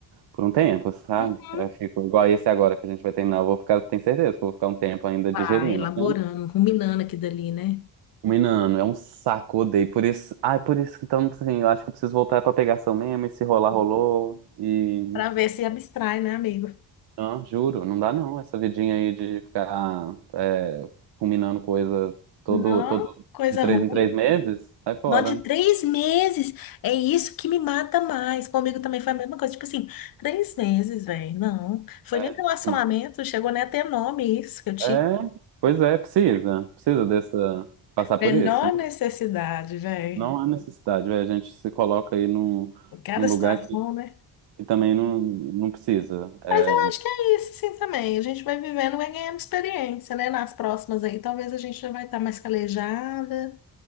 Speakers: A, on the right; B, on the left.
A: por um tempo, sabe?
B: Uhum.
A: Eu fico igual esse agora que a gente vai terminar, eu vou ficar, tenho certeza que eu vou ficar um tempo ainda digerindo.
B: Ah, elaborando,
A: né? Hum.
B: ruminando aqui dali, né?
A: Menino, é um saco, odeio. Por isso, ai, por isso, então, assim, eu acho que eu preciso voltar pra pegação mesmo, e se rolar, rolou, e...
B: Pra ver se abstrai, né, amigo?
A: Não, juro, não dá não. Essa vidinha aí de ficar é, combinando coisa todo,
B: Não,
A: todo
B: coisa
A: de três
B: ruim.
A: em três meses, sai fora.
B: Nó de três meses. É isso que me mata mais. Comigo também foi a mesma coisa. Tipo assim, três meses, velho. Não. Foi
A: É.
B: nem relacionamento,
A: Hum.
B: chegou nem a ter nome isso que eu tive.
A: É, pois é, precisa. Precisa dessa. Passar
B: Menor
A: por isso. Não,
B: necessidade, velho.
A: não há necessidade, velho. A gente se coloca aí num,
B: Cada
A: num lugar
B: situação,
A: que,
B: né?
A: que também não, não precisa. É,
B: Mas eu acho que é isso, sim, também. A gente vai vivendo, vai ganhando experiência, né? Nas próximas aí, talvez a gente já vai estar mais calejada,